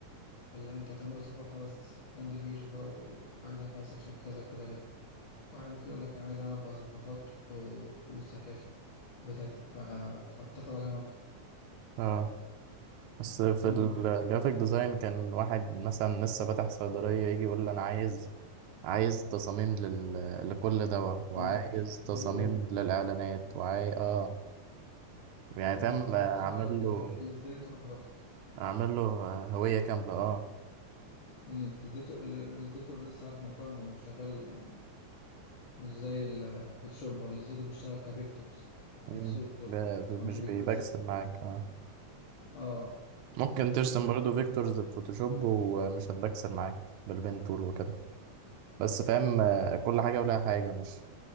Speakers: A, on the left; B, on the right.
A: فاللي أنت هتعمله صفحة واحدة بس لاندنج بيج بقى وعايزها فيها سكشن كذا كذا كذا واحد ممكن يقول لك انا عايز أعمل اربع صفحات و- والسكاشن بتاعتها ف... فبتاخد عليها مبلغ
B: اه بس في
A: مم،
B: الجرافيك
A: يعني
B: ديزاين كان واحد مثلا لسه فاتح صيدلية يجي يقول لي انا عايز عايز تصاميم لل... لكل دواء وعايز
A: بانر
B: تصاميم
A: لوجو
B: للإعلانات وعاي اه يعني فاهم
A: مم، انت
B: آه،
A: بتعمله
B: عامل
A: على ال-
B: له
A: الاصدريتور اعتقد
B: عامل له آه، هوية كاملة اه
A: إن الاصدريتور ال- الاصدريتور لسه عارف مؤخرا انه هو شغال يعني مش زي ال- الفوتوشوب هو الاصدريتور بيشتغل كفيكتورز في
B: مم.
A: الصورة
B: ب- مش
A: فمش بالبكسل
B: بيبكسل معاك آه.
A: اه
B: ممكن
A: لسه
B: ترسم
A: عارف.
B: برضه فيكتورز بفوتوشوب ومش هتبكسل معاك بالبين تول وكده بس فاهم آه، كل حاجة ولها حاجة مش